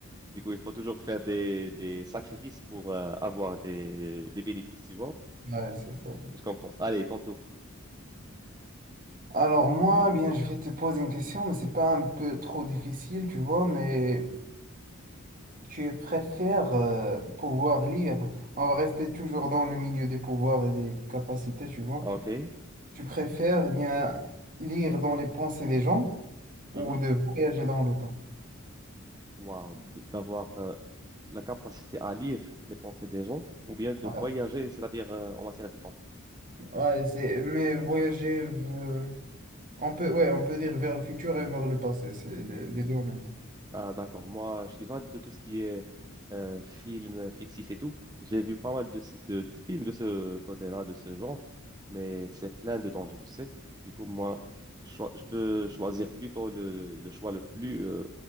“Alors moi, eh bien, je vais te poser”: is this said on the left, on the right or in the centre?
Right